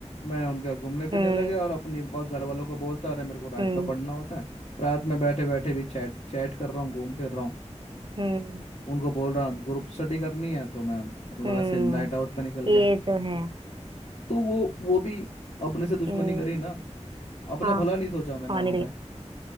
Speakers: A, on the left; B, on the right.
A: मैं उनका घूमने फिरने
B: हम्म
A: लगे और अपने ब- घर वालों को बोलता अरे मेरे को रात
B: हम्म
A: में पढ़ना होता है रात में बैठे बैठे भी चैट चैट कर रहा हूँ घूम फिर रहा हूँ
B: हम्म
A: उनको बोल रहा हूँ ग्रुप स्टडी करनी है तो मैं मतलब
B: हम्म
A: ऐसे नाइट आउट पे निकल
B: ये
A: गया
B: तो है
A: तो वो वो भी अपने से दुश्मनी
B: हम्म
A: करी ना अपना
B: हाँ
A: भला नहीं सोचा मैंने
B: और
A: वहाँ
B: नहीं तो
A: पे
B: क्या?